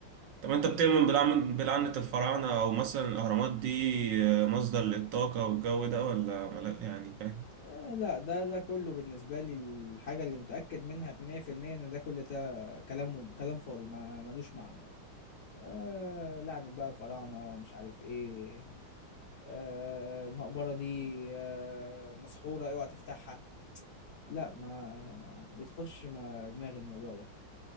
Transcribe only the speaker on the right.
طب انت بتؤمن بالعم- بلعنة الفراعنة او مثلا الاهرامات دي آه، مصدر للطاقة والجو ده ولا ملا- يعني فاهم